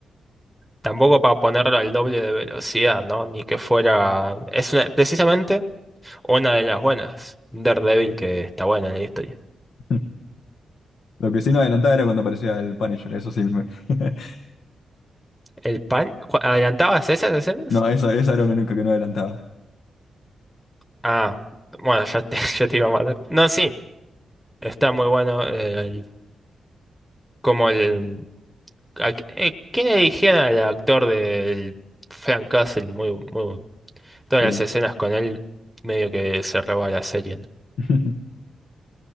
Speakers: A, in the centre; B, on the left.
A: tampoco para ponerlo al doble de velocidad, ¿no? Ni que fuera... Es una- precisamente una de las buenas. Daredevil, que está buena en la historia.
B: <laughs> Lo que sí no adelantaba era cuando aparecía el Punisher, eso sí. me- <laughs>
A: ¿El pan? ¿Cu- ¿Adelantabas esas escenas?
B: No, eso, esa era la única que no adelantaba.
A: Ah, bueno, ya te, <laughs> ya te iba a matar. No, sí, está muy bueno eh, el- como el... a- eh, ¿Quién eligieron al actor del Frank Castle? Muy, muy, Todas
B: Sí.
A: las escenas con él medio que se roba la serie. ¿no?
B: <laughs>